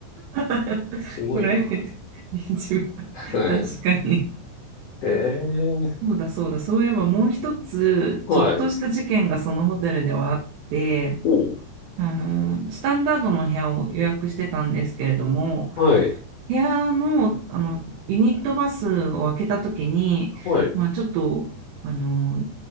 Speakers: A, on the right (about 80°); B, on the left (about 75°).
A: <laughs>
B: すごいな。
A: プライベートビーチ部
B: はい。
A: 確かに。
B: ええ
A: そうだそうだ、そういえばもう一つ、
B: はい。
A: ちょっとした事件がそのホテルではあって、
B: おう
A: あの、スタンダードの部屋を予約してたんですけれども、
B: はい。
A: 部屋の、あの、ユニットバスを開けた時に、
B: はい。
A: まあちょっと、あの、